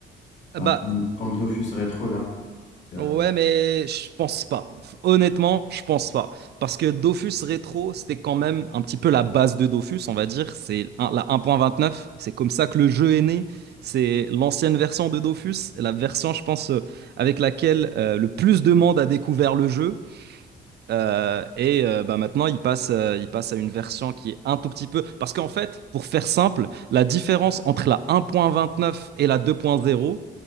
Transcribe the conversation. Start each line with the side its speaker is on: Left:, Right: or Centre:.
Left: Bah,
Right: bah,
Left: comme, comme Dofus Retro là. Ça-
Right: Ouais, mais je pense pas. F- Honnêtement, je pense pas. Parce que Dofus Rétro, c'était quand même un petit peu la base de Dofus, on va dire. C'est un- la neuf C'est comme ça que le jeu est né. C'est l'ancienne version de Dofus, la version, je pense, euh, avec laquelle euh, le plus de monde a découvert le jeu. Euh, et euh, bah, maintenant, il passe, euh, il passe à une version qui est un tout petit peu. Parce qu'en fait, pour faire simple, la différence entre la 1.29 et la 2.0